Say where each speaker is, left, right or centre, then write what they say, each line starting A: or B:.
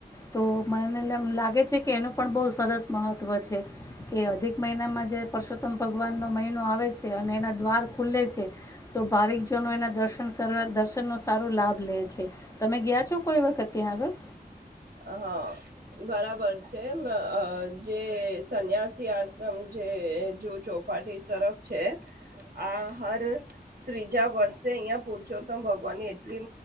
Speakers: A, on the left; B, on the right.
A: તો મને લાગ ગ છે કે એનું પણ બહુ સરસ મહત્વ છે, કે અધિક મહિનામાં જે પરસોત્તમ ભગવાનનો મહિનો આવે છે અને એના દ્વાર ખુલે છે, તો ભાવિકજનો એના દર્શન કરવા દર્શનનો સારો લાભ લે છે, તમે ગયા છો કોઈ વખત ત્યાં આગળ?
B: હા બરાબર છે. જે સન્યાસી આશ્રમ જે જ ચોપાટી તરફ છે, આ હર ત્રીજા વર્ષે અહિયાં પુરુષોત્તમ ભગવાનની એટલી